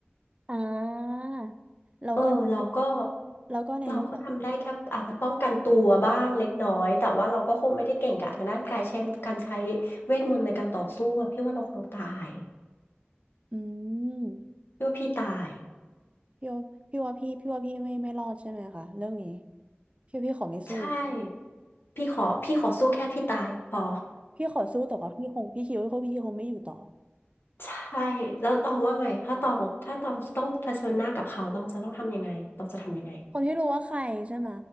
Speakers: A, on the right; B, on the left.
A: ๆอ่าเราก็
B: เออเราก็
A: เราก็เน้นแบบ
B: เราก็ทำได้แค่อาจจะป้องกันตัวบ้างเล็กน้อยแต่ว่าเราก็คงไม่ได้เก่งกาจทางด้านกายเช่นการใช้เวทมนต์ในการต่อสู้อะพี่ว่าเราคงตาย
A: อืม
B: พี่ว่าพี่ตาย
A: พี่ว่าพี่ว่าพี่พี่ว่าพี่ไม่ไม่รอดใช่ไหมคะเรื่องนี้พี่พี่ขอไม่สู้
B: ใช่ พี่ขอพี่ขอสู้แค่พี่ตายพอ
A: พี่ขอสู้แต่ว่าพี่คงพี่คิดว่าพี่คงไม่อยู่ต่อ
B: <laughs> ใช่แล้วตองว่าไงถ้าตองถ้าตองต้องเผชิญหน้ากับเขาตองจะต้องทำยังไงตองจะทำยังไง
A: คนที่รู้ว่าใครใช่ไหม